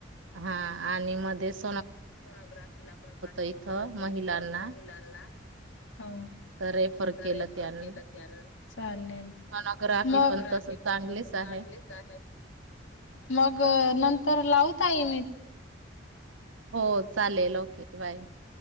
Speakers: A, on the right; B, on the left.
A: हा, आणि मध्येच
B: सोनोग्राफीला पण पाठवलं
A: इथं
B: होत
A: महिलांना
B: इथ महिलांना, हा
A: तर रेफर
B: तर रेफर
A: त्यांनी
B: केलं त्यान, चालेल
A: सोनोग्राफी
B: म, सोनोग्राफी
A: पण तस चांगलीच
B: पण तस चांगलीच
A: आहे
B: आहे, मग नंतर लाव टाइम आहे.
A: हो, चालेल, ओके बाय.